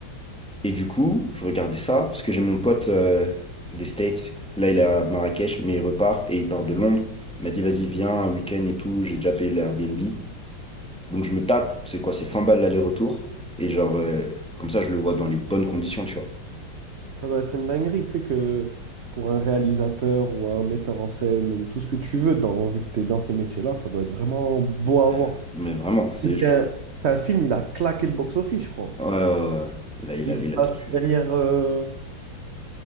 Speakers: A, in the centre; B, on the right.
A: Et du coup, je regardais ça parce que j'ai mon pote euh, des States. Là, il est à Marrakech, mais il repart et il part de Londres. Il m'a dit, vas-y, viens, un week-end et tout. J'ai déjà payé l'Airbnb. Donc, je me tape. C'est quoi? C'est 100 balles l'aller-retour. Et genre, euh, comme ça, je le vois dans les bonnes conditions, tu vois.
B: Ça doit être une dinguerie, tu sais, que pour un réalisateur ou un metteur en scène ou tout ce que tu veux, dans... vu que tu es dans ces métiers-là, ça doit être vraiment beau à
A: Euh,
B: voir.
A: mais vraiment, c'est.
B: C'est
A: je-
B: un, c'est un film, il a claqué le box-office, je crois.
A: Ouais, ouais, ouais. ouais. Il a, il
B: Il
A: a,
B: se
A: il
B: passe
A: a tout tué.
B: derrière, euh,